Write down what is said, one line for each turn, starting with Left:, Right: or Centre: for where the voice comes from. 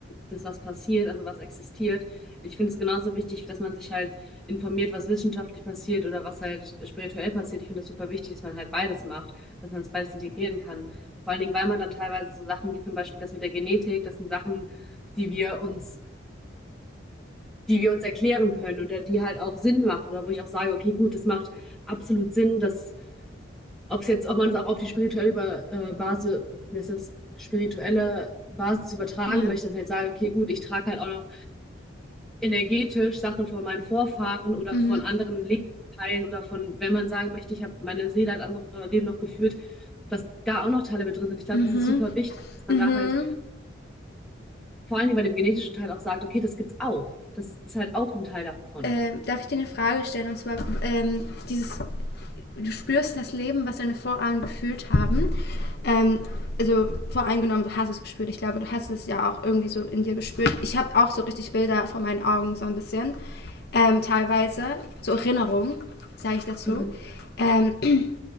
Centre: des, was passiert, also was existiert. Ich finde es genauso wichtig, dass man sich halt informiert, was wissenschaftlich passiert oder was halt spirituell passiert. Ich finde das super wichtig, dass man halt beides macht, dass man das beides integrieren kann. Vor allen Dingen, weil man dann teilweise so Sachen wie zum Beispiel das mit der Genetik, das sind Sachen, die wir uns, die wir uns erklären können oder die halt auch Sinn machen oder wo ich auch sage, okay, gut, das macht absolut Sinn, dass ob es jetzt, ob man es auch auf die spirituelle über, äh, Basis, wie ist das, spirituelle Basis übertragen
Left: Ja.
Centre: möchte, dass ich halt sage, okay, gut, ich trage halt auch noch energetisch Sachen von meinen Vorfahren oder
Left: Mhm.
Centre: von anderen Lebensteilen oder von, wenn man sagen möchte, ich habe meine Seele hat andere Leben noch geführt, dass da auch noch Teile mit drin sind. Ich glaube,
Left: Mhm.
Centre: das ist super wichtig, dass man
Left: Mhm.
Centre: da halt vor allen Dingen bei dem genetischen Teil auch sagt, okay, das gibt's auch. Das ist halt auch ein Teil davon.
Left: Ähm, darf ich dir eine Frage stellen? Und zwar, ähm, dieses, du spürst das Leben, was deine Vorahnen gefühlt haben. Ähm, also voreingenommen, du hast es gespürt. Ich glaube, du hast es ja auch irgendwie so in dir gespürt. Ich habe auch so richtig Bilder vor meinen Augen, so ein bisschen. Ähm, teilweise, so Erinnerungen, sage ich dazu.
Centre: Mhm.
Left: Ähm, <clears throat>